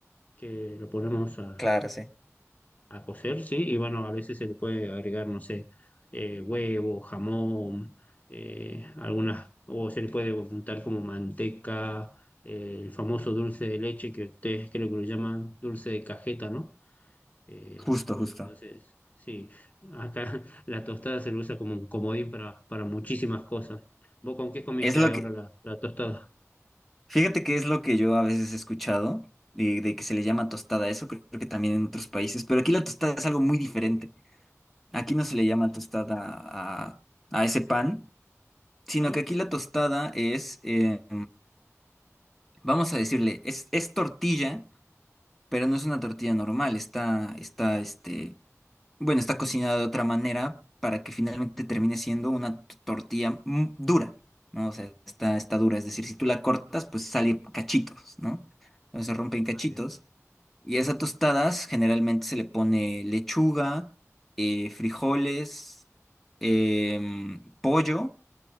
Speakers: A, on the left; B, in the centre.
A: que lo ponemos a,
B: Claro, sí.
A: A cocer, sí, y bueno, a veces se le puede agregar, no sé, eh, huevo, jamón, eh, algunas, o se le puede untar como manteca, eh, el famoso dulce de leche que ustedes creo que lo llaman dulce de cajeta, ¿no? Eh,
B: Justo, justo.
A: entonces, sí, acá <laughs> la tostada se lo usa como un comodín para, para muchísimas cosas. ¿Vos con qué comiste
B: Es lo
A: ahora
B: que,
A: la, la tostada?
B: fíjate que es lo que yo a veces he escuchado, de, de que se le llama tostada a eso, creo, creo que también en otros países, pero aquí la tostada es algo muy diferente. Aquí no se le llama tostada a, a ese pan, sino
A: ¿Ah?
B: que aquí la tostada es, eh, vamos a decirle, es, es tortilla, pero no es una tortilla normal, está, está, este, bueno, está cocinada de otra manera para que finalmente termine siendo una t- tortilla mm, dura, ¿no? O sea, está, está dura, es decir, si tú la cortas, pues sale cachitos, ¿no? Entonces se rompen cachitos.
A: Ah, bien,
B: Y a esas tostadas generalmente se le pone lechuga, eh, frijoles, em, pollo,